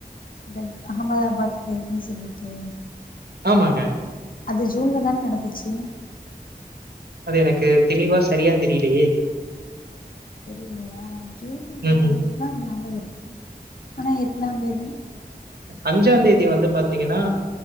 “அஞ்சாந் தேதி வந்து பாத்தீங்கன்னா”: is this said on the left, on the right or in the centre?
Right